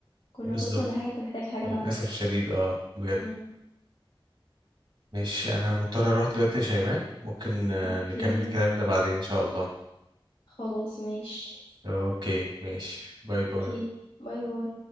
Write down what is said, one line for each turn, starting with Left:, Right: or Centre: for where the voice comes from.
Left: كل
Right: بالظبط
Left: ما توصل لحاجة أنت محتاج حاجة
Right: للأسف
Left: بعدها.
Right: الشديد اه بجد
Left: إمم.
Right: ماشي انا مضطر اروح دلوقتي يا شيماء ممكن آه،
Left: أوكي،
Right: نكمل كلامنا بعدين ان شاء الله
Left: خلاص ماشي،
Right: اوكي ماشي باي
Left: أوكي،
Right: باي
Left: باي، باي.